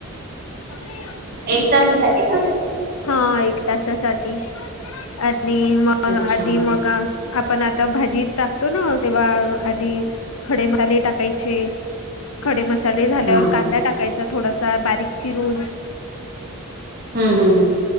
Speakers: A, on the left; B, on the right.
A: <inaudible>
B: एक तासासाठी का
A: हा एक तसासाठी. आणि मग
B: अच्छा
A: आधी मग. आपण आता भाजी टाकतो ना तेव्हा आधी खडे मसाले टाकायचे. खडे मसाले झाल्यावर
B: हा हम्म
A: कांदा टाकायचा थोडासा बारीक चिरून.
B: हम्म हम्म हम्म.